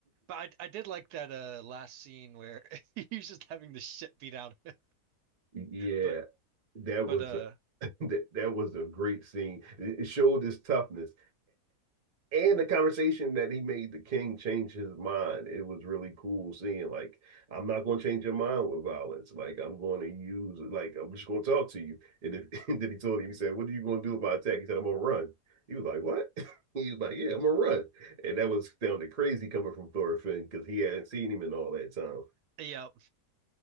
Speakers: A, on the right; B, on the right.
A: But I I did like that uh last scene where <laughs> he's just having the shit beat out of him.
B: yeah,
A: But
B: that
A: but
B: was
A: uh.
B: That that was a great scene. It showed his toughness. And the conversation that he made the king change his mind. It was really cool seeing like I'm not going to change your mind with violence. Like I'm going to use like I'm just going to talk to you. And if <laughs> and then he told him he said, "What are you going to do if I attack?" He said, "I'm going to run." He was like, "What?" <laughs> He was like, "Yeah, I'm going to run." And that was sounded crazy coming from Thorfinn because he hadn't seen him in all that time.
A: Yeah,